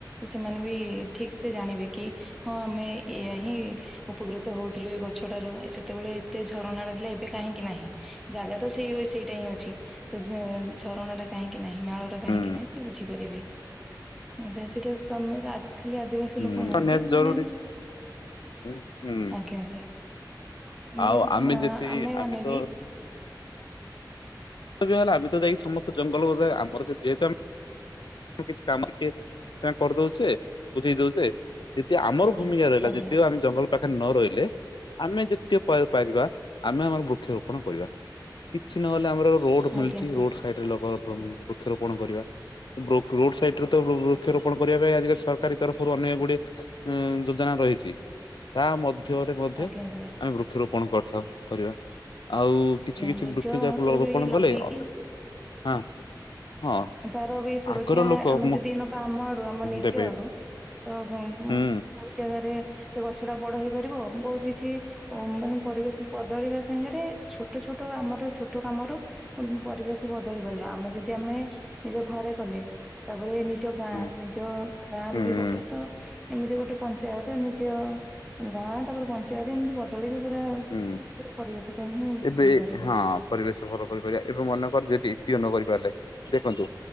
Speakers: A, in the centre; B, on the left.
A: ସେମାନେ ବି ଠିକ୍ ସେ ଜାଣିବେ କି। ହଁ ଆମେ ଏୟା ହିଁ। ଉପକୃତ ହଉଥିଲୁ ଏ ଗଛଟାରୁ ସେତେବେଳେ ଏତେ ଝରଣ ତ ଥିଲା ଏବେ କାହିଁକି ନାହିଁ। ଜାଗା ତ ସେଇ ହୁଏ ସେଇଟା ହିଁ ଅଛି ତ ଝ ଝରଣା ଟା କାହିଁକି ନାହିଁ ନାଳଟା କାହିଁକି
B: ହୁଁ
A: ନାହିଁ ସେ ବୁଝି ପାରିବେ ଉଁ ସେ ସେଟା ସମେ ଖା ଖାଲି ଆଦିବାସି
B: ହୁଁ
A: ଲୋକ ନୁହନ୍ତି
B: ନିହାତି
A: ମାନେ
B: ଜରୁରୀ ହୁଁ ହୁଁ।
A: ଆଜ୍ଞା ସାର୍। ଏମତି
B: ଆଉ ଆମେ
A: ମ
B: ଯେତିକି
A: ଆମେ ମାନେ
B: ତ
A: ବି
B: ହେଲା ଆମେ ତ ଯାଇ ସମସ୍ତେ ଜଙ୍ଗଲ ରେ ଯେହେତୁ ଆମେ କିଛି କାମ ଟିଏ ଏ ବୁଝେଇ ଦଉଛେ ଯେଦି
A: ଆଜ୍ଞା
B: ଆମର ଭୂମିକା ରହିଲା
A: ଆଜ୍ଞା
B: ଯେଦିଓ ଆମେ ଜଙ୍ଗଲ ପାଖରେ ନ ରହିଲେ ଆମେ ଯେତେ ପ ପାରିବା ଆମେ ଆମର ବୃକ୍ଷରୋପଣ କରିବା। କିଛି ନହେଲେ ଆମର ରୋଡ ମିଳଛି
A: ଆଜ୍ଞା ସାର୍
B: ରୋଡ ସାଇଡରେ ଲଗ ବ ବୃକ୍ଷରୋପଣ କରିବା ବୃକ୍ ରୋଡ ସାଇଡ ରେ ତ ବୃ ବୃକ୍ଷରୋପଣ
A: ଆଜ୍ଞା ସାର୍
B: କରିବା ପାଇଁ ଆଜି କାଲି ସରକାରୀ ତରଫରୁ ଅନେକ ଗୁଡିଏ ଯୋଜନା ରହିଛି ତା ମଧ୍ୟ ରେ ମଧ୍ୟ
A: ଆଜ୍ଞା ସାର୍
B: ଆମେ ବୃକ୍ଷରୋପଣ କରିଥାଉ କରିବା। ଆଉ କିଛି
A: ଆଜ୍ଞା
B: କିଛି
A: ନିଜ
B: ବୃକ୍ଷ ଯାହାକୁ
A: ହାତରୁ
B: ଲ ରୋପଣ
A: ବି ଲଗେଇକି
B: କଲେ ଆ ହଁ। ହଁ
A: ତାର ବି ସୁରକ୍ଷା
B: ଆଗର ଲୋକ
A: ଆମେ
B: ହୁଁ
A: ଯଦି ନବା ଆମ ଆଡୁ ଆମ ନିଜ
B: ଦେବେ
A: ଆଡୁ ତ ଭୁ ଭୁ
B: ହୁଁ
A: ବହୁତ ଜାଗାରେ ସେ ଗଛ ଟା ବଡ ହେଇପାରିବ ବହୁତ କିଛି ଉ ମାନେ ପରିବେଶ ବଦଳିବା ସାଙ୍ଗରେ ଛୋଟ ଛୋଟ ଆମର ଛୋଟ କାମରୁ ପରିବେଶ ବଦଳି ପାରିବା ଆମେ ଯଦି ଆମେ ନିଜ ଘରେ କଲେ ତାପରେ ନିଜ ଗାଁ
B: ହୁଁ
A: ନିଜ ଗାଁରେ
B: ହୁଁ
A: ବି ଗଲେ ତ ଏମିତି ଗୋଟେ ପଞ୍ଚାୟତ ନିଜ ଗାଁ ତାପରେ ପଞ୍ଚାୟତ ଏମିତି ବଦଳିକି ପୁରା
B: ହୁଁ
A: ପୁରା ପରିବେଶଟା ହିଁ ଭଲ
B: ଏବେ
A: ହେଇପାରିବ।
B: ହଁ ପରିବେଶ ଭଲ କରିପାରିବା ଏବେ ମନେକର ଯଦି ଇତିୟ ନ କରିପାରିଲେ ଦେଖନ୍ତୁ